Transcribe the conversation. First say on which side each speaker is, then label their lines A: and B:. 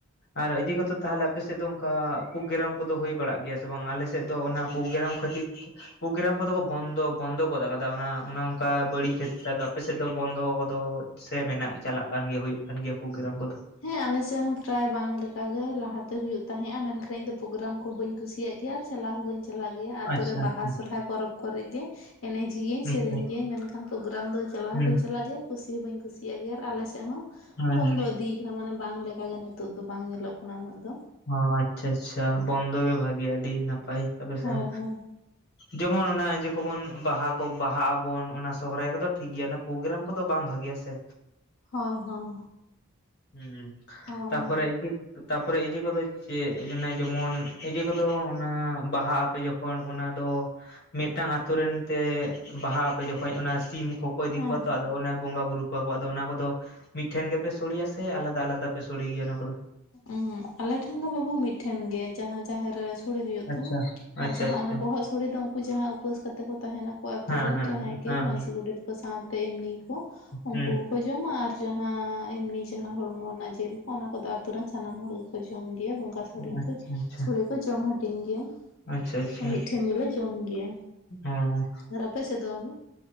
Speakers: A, on the left; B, on the left.
A: ᱟᱨ ᱤᱭᱟᱹ ᱠᱚᱫᱚ ᱛᱟᱦᱚᱞᱮ ᱟᱯᱮ ᱥᱮᱫ ᱫᱚ ᱚᱱᱠᱟ ᱯᱳᱜᱨᱟᱢ ᱠᱚᱫᱚ ᱦᱩᱭ ᱵᱟᱲᱟᱜ ᱜᱮᱭᱟ ᱥᱮ ᱵᱟᱝ ᱟᱞᱮ ᱥᱮᱫ ᱥᱮᱫ ᱫᱚ ᱚᱱᱟ ᱯᱨᱳᱜᱨᱟᱢ ᱠᱷᱟᱹᱛᱤᱨ ᱛᱮ ᱯᱨᱳᱜᱨᱟᱢ ᱠᱚᱫᱚ ᱠᱚ ᱵᱚᱱᱫᱚ ᱵᱚᱱᱫᱚ ᱜᱚᱫ ᱠᱟᱫᱟ ᱚᱱᱟ ᱚᱱᱟ ᱚᱱᱠᱟ ᱵᱟᱹᱲᱤᱡ ᱠᱷᱟᱹᱛᱤᱨ ᱛᱮ ᱟᱫᱚ ᱟᱯᱮ ᱥᱮᱫ ᱫᱚ ᱵᱚᱱᱫᱚ ᱠᱚᱫᱚ ᱥᱮ ᱢᱮᱱᱟᱜ ᱪᱟᱞᱟᱜ ᱠᱟᱱ ᱜᱮᱭᱟ ᱦᱩᱭᱩᱜ ᱠᱟᱱ ᱜᱮᱭᱟ ᱯᱨᱳᱜᱨᱟᱢ ᱠᱚᱫᱚ
B: ᱦᱮᱸ ᱟᱞᱮᱥᱮᱫ ᱦᱚᱸ ᱯᱨᱟᱭ ᱵᱟᱝ ᱞᱮᱠᱟᱜ ᱜᱮ ᱞᱟᱦᱟᱛᱮ ᱦᱩᱭᱩᱜ ᱛᱟᱦᱮᱸᱜᱼᱟ ᱢᱮᱱᱠᱷᱟᱱ ᱤᱧ ᱫᱚ ᱯᱨᱳᱜᱨᱟᱢ ᱠᱚ ᱵᱟᱹᱧ ᱠᱩᱥᱤᱭᱟᱜᱼᱟ ᱠᱩᱥᱤᱭᱟᱜ ᱜᱮᱭᱟ ᱟᱨ ᱪᱟᱞᱟᱣ ᱦᱚᱸ ᱵᱟᱹᱧ ᱪᱟᱞᱟᱜ ᱜᱮᱭᱟ ᱟᱹᱛᱩ
A: ᱟᱪᱪᱷᱟ
B: ᱨᱮ ᱵᱟᱦᱟ
A: ᱟᱪᱪᱷᱟ
B: ᱥᱚᱨᱦᱟᱭ ᱯᱚᱨᱚᱵᱽ ᱠᱚᱨᱮ ᱜᱮ ᱮᱱᱮᱡᱽ ᱜᱤᱭᱟᱹᱧ
A: ᱟᱪᱪᱷᱟ
B: ᱥᱮᱨᱮᱧ ᱜᱤᱭᱟᱹᱧ ᱢᱮᱱᱠᱷᱟᱱ ᱯᱨᱳᱜᱨᱟᱢ ᱫᱚ ᱪᱟᱞᱟᱣ
A: ᱦᱩᱸ
B: ᱦᱚᱸ ᱵᱟᱹᱧ ᱪᱟᱞᱟᱜ ᱜᱮᱭᱟ ᱠᱩᱥᱤ ᱦᱚᱸ ᱵᱟᱹᱧ ᱠᱩᱥᱤᱭᱟᱜ ᱜᱮᱭᱟ ᱟᱨ ᱟᱞᱮ ᱥᱮᱫ ᱦᱚᱸ
A: ᱦᱮᱸ
B: ᱫᱚ ᱤᱫᱤᱭ ᱠᱟᱱᱟ ᱢᱟᱱᱮ ᱵᱟᱝ ᱞᱮᱠᱟ ᱜᱮ ᱱᱤᱛᱚᱜ ᱫᱚ ᱵᱟᱝ ᱧᱮᱞᱚᱜ ᱠᱟᱱᱟ ᱩᱱᱟᱹᱜ ᱫᱚ
A: ᱚ ᱟᱪᱪᱷᱟ ᱟᱪᱪᱷᱟ ᱵᱚᱱᱫᱚ ᱜᱮ ᱵᱷᱟᱹᱜᱤᱭᱟ ᱟᱹᱰᱤ ᱱᱟᱯᱟᱭ ᱟᱯᱮ ᱥᱮᱱ
B: ᱦᱳᱭ ᱦᱳᱭ
A: ᱡᱮᱢᱚᱱ ᱚᱱᱟ ᱤᱡᱟ ᱠᱚᱵᱚᱱ ᱵᱟᱦᱟ ᱠᱚ ᱵᱟᱦᱟᱜ ᱟᱵᱚᱱ ᱚᱱᱟ ᱥᱚᱦᱨᱟᱭ ᱠᱚᱫᱚ ᱴᱷᱤᱠ ᱜᱮᱭᱟ ᱚᱱᱟ ᱯᱨᱳᱜᱨᱟᱢ ᱠᱚᱫᱚ ᱵᱟᱝ ᱵᱷᱟᱹᱜᱮᱭᱟ ᱥᱮ
B: ᱦᱳᱭ ᱦᱳᱭ
A: ᱦᱩᱸ
B: ᱦᱳᱭ
A: ᱛᱟᱯᱚᱨᱮ ᱤᱡᱟ ᱛᱟᱯᱚᱨᱮ ᱤᱡᱟ ᱠᱚᱫᱚ ᱪᱮᱫ ᱡᱮᱢᱚᱱ ᱤᱭᱟᱹ ᱠᱚᱫᱚ ᱚᱱᱟ ᱵᱟᱦᱟᱜ ᱟᱯᱮ ᱡᱚᱠᱷᱚᱱ ᱚᱱᱟ ᱫᱚ ᱢᱤᱫᱴᱟᱝ ᱟᱹᱛᱩᱨᱮᱱ ᱛᱮ ᱵᱟᱦᱟᱜ ᱟᱯᱮ ᱡᱚᱠᱷᱚᱱ ᱚᱱᱟ ᱥᱤᱢ ᱠᱚᱠᱚ ᱤᱫᱤ
B: ᱦᱮᱸ
A: ᱠᱚᱣᱟ
B: ᱦᱮᱸ
A: ᱛᱚ ᱟᱫᱚ ᱚᱱᱮ ᱵᱚᱸᱜᱟ ᱵᱩᱨᱩ ᱠᱚ ᱟᱫᱚ ᱚᱱᱟ ᱠᱚᱫᱚ ᱢᱤᱫᱴᱷᱮᱱ ᱜᱮᱯᱮ ᱥᱚᱲᱮᱭᱟ ᱥᱮ ᱟᱞᱟᱫᱟ ᱟᱞᱟᱫᱟ ᱯᱮ ᱥᱚᱲᱮ ᱜᱮᱭᱟ ᱚᱱᱟ ᱠᱚᱫᱚ
B: ᱩ ᱟᱞᱮ ᱴᱷᱮᱱ ᱫᱚ ᱵᱟᱹᱵᱩ ᱢᱤᱫᱴᱷᱮᱱ ᱜᱮ ᱡᱟᱦᱟᱸ ᱡᱟᱦᱮᱨ ᱨᱮ ᱥᱚᱲᱮ ᱦᱩᱭᱩᱜ
A: ᱟᱪᱪᱷᱟ
B: ᱫᱚ
A: ᱟᱪᱪᱷᱟ
B: ᱟᱨ ᱡᱟᱦᱟᱸ
A: ᱟᱪᱪᱷᱟ
B: ᱚᱱᱟ ᱵᱚᱦᱚᱜ ᱥᱚᱲᱮ ᱫᱚ ᱩᱱᱠᱩ ᱡᱟᱦᱟᱸ ᱩᱯᱟᱹᱥ ᱠᱟᱛᱮ ᱠᱚ ᱛᱟᱦᱮᱱᱟ ᱟᱠᱚ ᱟᱹᱛᱩ
A: ᱦᱮᱸ
B: ᱨᱮᱱ
A: ᱦᱮᱸ
B: ᱡᱟᱦᱟᱸᱭ ᱜᱮ
A: ᱦᱮᱸ
B: ᱢᱟᱹᱡᱷᱤ ᱜᱚᱰᱮᱛᱠᱚ ᱥᱟᱶᱛᱮ ᱮᱢᱱᱤ ᱠᱚ ᱩᱱᱠᱩ
A: ᱦᱮᱸ
B: ᱠᱚ ᱡᱚᱢᱟ ᱟᱨ ᱡᱟᱦᱟᱸ ᱮᱢᱱᱤ ᱡᱟᱦᱟᱸ ᱦᱚᱲᱢᱚ ᱨᱮᱱᱟᱜ ᱡᱮᱞ ᱠᱚ ᱚᱱᱟ ᱠᱚᱫᱚ ᱟ ᱟᱹᱛᱩ ᱨᱮᱱ ᱥᱟᱱᱟᱢ ᱦᱚᱲ ᱜᱮᱠᱚ ᱡᱚᱢ ᱜᱮᱭᱟ ᱵᱚᱸᱜᱟ
A: ᱦᱩᱸ ᱟᱪᱪᱷᱟ ᱟᱪᱪᱷᱟ
B: ᱥᱚᱲᱮ ᱠᱚ ᱡᱚᱢ ᱦᱟᱹᱴᱤᱧ ᱜᱮᱭᱟ
A: ᱟᱪᱪᱷᱟ ᱟᱪᱪᱷᱟ
B: ᱟᱨ ᱢᱤᱫᱴᱷᱮᱱ ᱜᱮᱞᱮ ᱡᱚᱢ ᱜᱮᱭᱟ
A: ᱦᱮᱸ
B: ᱟᱨ ᱟᱯᱮ ᱥᱮᱫ ᱫᱚ ᱵᱟᱹᱵᱩ